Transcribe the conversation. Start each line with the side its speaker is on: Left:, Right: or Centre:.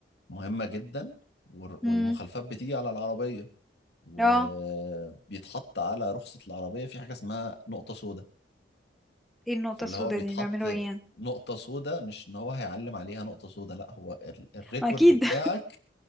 Left: مهمة جدا وال- والمخالفات
Centre: امم
Left: بتيجي على العربية وبيتحط
Centre: اه
Left: على رخصة العربية في حاجة اسمها نقطة سوداء
Centre: ايه النقطة
Left: فاللي
Centre: السوداء
Left: هو بيتحط
Centre: دي بيعملوا ايه يعني
Left: نقطة سوداء مش ان هو هيعلم عليها نقطة سوداء لا هو ال- الريكورد
Centre: ما اكيد
Left: بتاعك
Centre: <laughs>